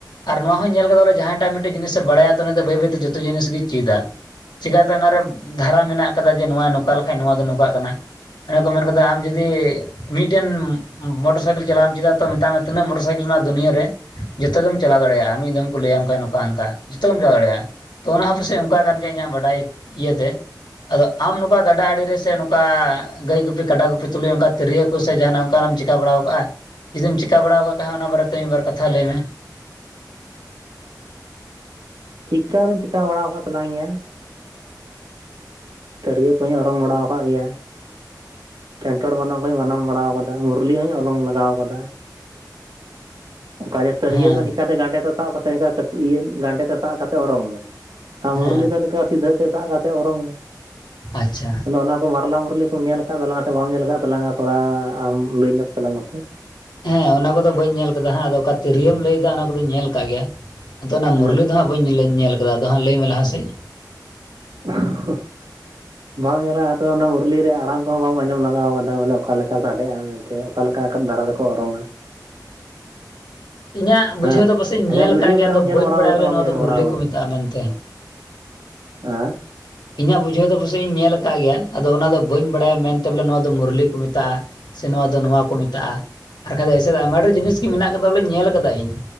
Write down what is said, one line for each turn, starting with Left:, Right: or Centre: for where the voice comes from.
Left: ᱟᱨ ᱱᱚᱣᱟ ᱦᱚᱸ ᱧᱮᱞ ᱟᱠᱟᱫᱟ ᱵᱚᱞᱮ ᱡᱟᱦᱟᱸᱭᱴᱟᱜ ᱢᱤᱫᱴᱮᱱ ᱡᱤᱱᱤᱥᱮ ᱵᱟᱲᱟᱭᱟ ᱛᱚ ᱩᱱᱤ ᱫᱚ ᱵᱟᱹᱭ ᱵᱟᱹᱭᱛᱮ ᱡᱚᱛᱚ ᱡᱤᱱᱤᱥ ᱜᱮᱭ ᱪᱮᱫᱟ ᱪᱮᱠᱟᱛᱮ ᱚᱱᱟ ᱨᱮ ᱫᱷᱟᱨᱟ ᱢᱮᱱᱟᱜ ᱠᱟᱫᱟ ᱡᱮ ᱱᱚᱣᱟ ᱱᱚᱝᱠᱟ ᱞᱮᱠᱟᱡ ᱱᱚᱣᱟ ᱫᱚ ᱱᱚᱝᱠᱟᱜ ᱠᱟᱱᱟ ᱚᱱᱟ ᱠᱚ ᱢᱮᱱ ᱠᱟᱫᱟ ᱟᱢ ᱡᱩᱫᱤ ᱢᱤᱫᱴᱮᱱ ᱢᱚᱴᱚᱨ ᱥᱟᱭᱠᱮᱞ ᱪᱟᱞᱟᱣ ᱮᱱ ᱪᱮᱫᱟ ᱠᱚ ᱢᱮᱛᱟᱜ ᱢᱮ ᱛᱤᱱᱟᱹᱜ ᱢᱚᱴᱚᱨ ᱥᱟᱭᱠᱮᱞ ᱢᱮᱱᱟᱜᱼᱟ ᱫᱩᱱᱭᱟᱹ ᱨᱮ ᱡᱚᱛᱚ ᱜᱮᱢ ᱪᱟᱞᱟᱣ ᱫᱟᱲᱮᱭᱟᱜᱼᱟ ᱢᱤᱫ ᱫᱚᱢ ᱠᱚ ᱞᱟᱹᱭᱟᱢ ᱠᱷᱟᱱ ᱱᱚᱝᱠᱟ ᱦᱟᱝᱠᱟ ᱡᱚᱛᱚ ᱜᱮᱢ ᱪᱟᱞᱟᱣ ᱫᱟᱲᱮᱭᱟᱜᱼᱟ ᱛᱚ ᱚᱱᱟ ᱯᱟᱥᱮ ᱚᱱᱠᱟ ᱠᱟᱱ ᱤᱧᱟᱹᱜ ᱵᱟᱰᱟᱭ ᱤᱭᱟᱹᱛᱮ ᱟᱫᱚ ᱟᱢ ᱱᱚᱝᱠᱟ ᱜᱟᱰᱟ ᱟᱲᱮ ᱨᱮ ᱥᱮ ᱱᱚᱝᱠᱟ ᱜᱟᱹᱭ ᱜᱩᱯᱤ ᱠᱟᱰᱟ ᱜᱩᱯᱤ ᱛᱩᱞᱩᱡ ᱚᱱᱠᱟ ᱛᱤᱨᱭᱟᱹ ᱠᱚ ᱥᱮ ᱡᱟᱦᱟᱱᱟᱜ ᱚᱱᱠᱟᱱᱟᱜ ᱮᱢ ᱪᱮᱠᱟ ᱵᱟᱲᱟᱣ ᱠᱟᱜᱼᱟ? ᱡᱩᱫᱤᱢ ᱪᱮᱠᱟ ᱵᱟᱲᱟ ᱟᱠᱟᱜ ᱠᱷᱟᱡ ᱚᱱᱟ ᱵᱟᱨᱮᱛᱮ ᱢᱤᱫ ᱵᱟᱨ ᱠᱟᱛᱷᱟ ᱞᱟᱹᱭ ᱢᱮ
Right: ᱪᱤᱠᱟ ᱫᱚᱧ ᱪᱮᱠᱟ ᱵᱟᱲᱟ ᱟᱠᱟᱫ ᱛᱟᱞᱟᱝ ᱜᱮᱭᱟ ᱛᱤᱨᱭᱟᱹ ᱠᱚᱦᱚᱧ ᱚᱨᱚᱝ ᱵᱟᱲᱟ ᱟᱠᱟᱫ ᱜᱮᱭᱟ ᱴᱮᱱᱴᱚᱲ ᱵᱟᱱᱟᱢ ᱠᱚᱧ ᱵᱟᱱᱟᱢ ᱵᱟᱲᱟ ᱟᱠᱟᱫᱟ ᱢᱩᱨᱞᱤ ᱦᱚᱧ ᱚᱨᱚᱝ ᱞᱟᱜᱟᱣ ᱠᱟᱫᱟ ᱚᱱᱠᱟ ᱡᱮ ᱛᱤᱨᱭᱟᱹ
Left: ᱦᱮᱸ
Right: ᱫᱚ ᱱᱤᱝᱠᱟ ᱛᱮ ᱜᱟᱸᱰᱮ ᱛᱮ ᱥᱟᱵ ᱠᱟᱛᱮ ᱤᱝᱠᱟ ᱠᱟᱹᱴᱩᱵ ᱜᱟᱸᱰᱮ ᱛᱮ ᱥᱟᱵ ᱠᱟᱛᱮᱫ ᱚᱨᱚᱝ ᱢᱮ ᱟᱨ
Left: ᱦᱮᱸ
Right: ᱢᱩᱨᱞᱤ ᱫᱚ ᱱᱤᱝᱠᱟᱹ ᱥᱤᱫᱷᱟᱹ ᱛᱮ ᱥᱟᱵ ᱠᱟᱛᱮ ᱚᱨᱚᱝ ᱢᱮ
Left: ᱟᱪᱪᱷᱟ
Right: ᱟᱫᱚ ᱚᱱᱟ ᱢᱟᱨᱞᱟ ᱢᱟᱨᱞᱤ ᱠᱚᱢ ᱧᱮᱞ ᱟᱠᱟᱫ ᱛᱟᱞᱟᱝ ᱥᱮ ᱵᱟᱢ ᱧᱮᱞ ᱟᱠᱟᱫ ᱛᱟᱞᱟᱝᱟ ᱛᱷᱚᱲᱟ ᱟᱢ ᱞᱟᱹᱭ ᱧᱚᱜ ᱛᱟᱞᱟᱝ ᱢᱮᱥᱮ
Left: ᱦᱮᱸ ᱚᱱᱟ ᱠᱚᱫᱚ ᱵᱟᱹᱧ ᱧᱮᱞ ᱟᱠᱟᱫᱟ ᱦᱟᱸᱜ ᱟᱫᱚ ᱚᱠᱟ ᱛᱤᱨᱭᱳᱢ ᱞᱟᱹᱭ ᱮᱫᱟ ᱚᱱᱟ ᱠᱚᱫᱚᱧ ᱧᱮᱞ ᱟᱠᱟᱜ ᱜᱮᱭᱟ ᱟᱫᱚ ᱚᱱᱟ
Right: ᱦᱮᱸ
Left: ᱢᱩᱨᱞᱤ ᱫᱚ ᱦᱟᱸᱜ ᱵᱟᱹᱧ ᱧᱮᱞ ᱟᱠᱟᱫᱟ ᱟᱫᱚ ᱦᱟᱸᱜ ᱞᱟᱹᱭᱢᱮ ᱞᱟᱦᱟᱥᱮᱫ
Right: ᱳᱸᱻ <unintelligible> ᱵᱟᱢ ᱧᱮᱞᱟᱼᱟ ᱟ ᱚᱱᱟ ᱢᱩᱨᱞᱤ ᱨᱮ ᱟᱲᱟᱝ ᱠᱚᱦᱚᱸᱢ ᱟᱸᱡᱚᱢ ᱞᱟᱜᱟᱣ ᱟᱠᱟᱫᱟ ᱵᱚᱞᱮ ᱚᱠᱟᱮ ᱞᱮᱠᱟ ᱥᱟᱰᱮᱜᱼᱟ ᱢᱮᱱᱛᱮ ᱚᱠᱟ ᱞᱮᱠᱟ ᱫᱟᱨᱟ ᱛᱮᱠᱚ ᱚᱨᱚᱝᱼᱟ?
Left: ᱤᱧᱟᱹᱜ ᱵᱩᱡᱷᱟᱹᱣ
Right: ᱦᱮᱸ
Left: ᱫᱚ ᱯᱟᱥᱮᱡ
Right: ᱟᱪᱪᱷᱟ
Left: ᱧᱮᱞ
Right: ᱵᱷᱤᱰᱭᱳ
Left: ᱠᱟᱜ ᱜᱮᱭᱟ
Right: ᱠᱚᱨᱮ
Left: ᱟᱫᱚ
Right: ᱦᱚᱸᱢ
Left: ᱵᱟᱹᱧ
Right: ᱧᱮᱞ ᱵᱟᱲᱟᱟᱣ
Left: ᱵᱟᱲᱟᱭᱟ
Right: ᱠᱟᱫᱟ ᱥᱮ
Left: ᱵᱚᱞᱮ
Right: ᱵᱟᱢ
Left: ᱱᱚᱣᱟ
Right: ᱧᱮᱞ
Left: ᱫᱚ
Right: ᱵᱟᱲᱟ
Left: ᱢᱩᱨᱞᱤ
Right: ᱠᱟᱫᱟ
Left: ᱠᱚ ᱢᱮᱛᱟᱜᱼᱟ ᱢᱮᱱᱛᱮ
Right: ᱦᱮᱸ
Left: ᱤᱧᱟᱹᱜ ᱵᱩᱡᱷᱟᱹᱣ ᱫᱚ ᱯᱟᱥᱮᱡ ᱤᱧ ᱧᱮᱞ ᱟᱠᱟᱫ ᱜᱮᱭᱟ ᱟᱫᱚ ᱚᱱᱟᱫᱚ ᱵᱟᱹᱧ ᱵᱟᱲᱟᱭᱟ ᱢᱮᱱᱛᱮ ᱵᱚᱞᱮ ᱱᱚᱣᱟ ᱫᱚ ᱢᱩᱨᱞᱤ ᱠᱚ ᱢᱮᱛᱟᱜᱼᱟ ᱥᱮ ᱱᱚᱣᱟ ᱫᱚ ᱱᱚᱣᱟ ᱠᱚ ᱢᱮᱛᱟᱜᱼᱟ ᱟᱨ ᱵᱟᱠᱟᱡ ᱫᱚ ᱮᱭᱥᱮ ᱫᱚ ᱟᱭᱢᱟ ᱰᱷᱮᱨ ᱡᱤᱱᱤᱥ ᱜᱮ ᱢᱮᱱᱟᱜ ᱠᱟᱫᱟ ᱵᱚᱞᱮ ᱧᱮᱞ ᱟᱠᱟᱫᱟ ᱤᱧ